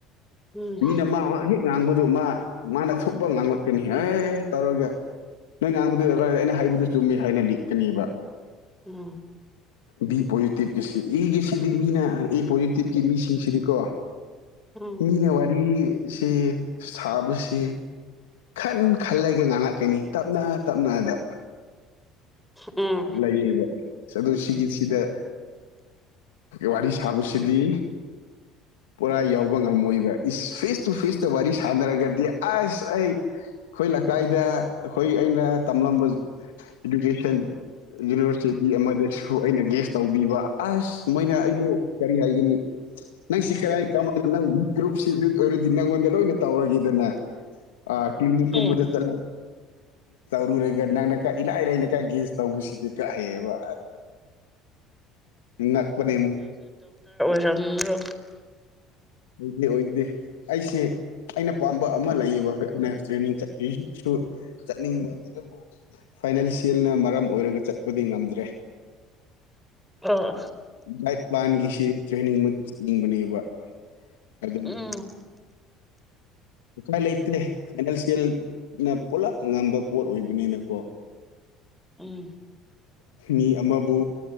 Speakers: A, in the centre; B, on the left.
A: ꯎꯝ
B: ꯃꯤꯅ ꯃꯥ ꯍꯦꯛ ꯉꯥꯡꯕꯗꯨꯣ ꯃꯥ ꯃꯥꯅ ꯊꯣꯛꯄ ꯉꯥꯡꯂꯛꯀꯅꯤ ꯑꯦ ꯇꯧꯔꯒ ꯅꯣꯏ ꯉꯥꯡꯕꯗꯨ ꯗꯔꯀꯥꯔ ꯑꯩꯅ ꯍꯥꯏꯕꯗꯨ ꯆꯨꯝꯃꯦ ꯍꯥꯏꯅ ꯂꯤꯛꯀꯅꯦꯕ
A: ꯎꯝ
B: ꯕꯤ ꯄꯣꯖꯤꯇꯤꯞꯀꯤꯁꯤ ꯑꯦꯒꯤꯁꯤꯗꯤ ꯃꯤꯅ ꯑꯦ ꯄꯣꯖꯤꯇꯤꯞꯀꯤ ꯃꯤꯁꯤꯡꯁꯤꯗꯤꯀꯣ
A: ꯎꯝ
B: ꯃꯤꯅ ꯋꯥꯔꯤꯁꯦ ꯁꯥꯕꯁꯦ ꯈꯟ ꯈꯜꯂꯒ ꯉꯥꯡꯉꯛꯀꯅꯤ ꯇꯞꯅ ꯇꯞꯅꯗ
A: ꯎꯝ
B: ꯂꯩꯌꯦꯕꯥ ꯑ ꯁꯤꯒꯤꯁꯤꯗ ꯋꯥꯔꯤ ꯁꯥꯕꯁꯤꯗꯤ ꯄꯨꯔꯥ ꯌꯥꯎꯕ ꯉꯝꯃꯣꯏꯕ ꯏꯁ ꯐꯦꯁ ꯇꯨ ꯐꯦꯁꯇ ꯋꯥꯔꯤ ꯁꯥꯟꯅꯔꯒꯗꯤ ꯑꯁ ꯑꯩ ꯑꯩꯈꯣꯏ ꯂꯩꯀꯥꯏꯗ ꯑꯩꯈꯣꯏ ꯑꯩꯅ ꯇꯝꯂꯝꯕ ꯏꯗꯨꯀꯦꯁꯟ ꯌꯨꯅꯤꯚꯔꯁꯤꯇꯤ ꯑꯃꯗꯁꯨ ꯑꯩꯅ ꯒꯦꯁ ꯇꯧꯕꯤꯕ ꯑꯁ ꯃꯣꯏꯅ ꯑꯩꯗꯣ ꯀꯔꯤ ꯍꯥꯏꯒꯅꯤ ꯅꯪ ꯁꯤ ꯀꯔꯤꯥꯏ ꯀꯃꯥꯏꯅꯣ ꯅꯪ ꯒ꯭ꯔꯨꯞꯁꯤ ꯑꯣꯏꯔꯗꯤ ꯅꯪꯉꯣꯟꯗ ꯂꯣꯏꯅ ꯇꯧꯔꯒꯦꯗꯅ ꯑ ꯀꯤꯅꯤ ꯀꯨꯝꯦꯁ
A: ꯎꯝ
B: ꯇ ꯔꯪꯅ ꯏꯂ ꯏꯂ ꯏꯅꯀ ꯦꯁ ꯇꯧꯕꯁꯤꯗꯤ ꯀꯛꯑꯌꯦꯕ ꯅꯄꯅꯦ
A: ꯔꯝ꯭ꯔꯣ
B: ꯑꯣꯏꯅꯤ ꯑꯣꯏꯅꯤ ꯑꯩꯁꯦ ꯑꯩꯅ ꯄꯥꯝꯕ ꯑꯃ ꯂꯩꯌꯦꯕ ꯑꯩꯅ ꯇ꯭ꯔꯦꯅꯤꯡ ꯆꯠꯖꯤꯛꯁꯨ ꯆꯠꯅꯤꯡꯕ ꯑꯗꯨꯕꯨ ꯐꯥꯏꯅꯥꯜꯁꯤꯌꯦꯜꯅ ꯃꯔꯝ ꯑꯣꯏꯔꯒ ꯆꯠꯄꯗꯤ ꯉꯝꯗ꯭ꯔꯦ
A: ꯑꯣ
B: ꯒꯥꯏꯗ ꯄ꯭ꯂꯥꯟꯒꯤꯁꯤ ꯇ꯭ꯔꯦꯅꯤꯡ ꯆꯠꯅꯤꯡꯕꯅꯦꯕ ꯑꯗꯨ
A: ꯎꯝ
B: ꯎꯥꯏ ꯂꯩꯇꯦ ꯐꯥꯏꯅꯥꯜꯁꯤꯌꯦꯜꯅ ꯄꯨꯂꯞ ꯉꯝꯕ ꯄꯣꯠ ꯑꯣꯏꯕꯅꯤꯅꯀꯣ <inaudible>
A: ꯎꯝ
B: ꯑ ꯃꯤ ꯑꯃꯕꯨ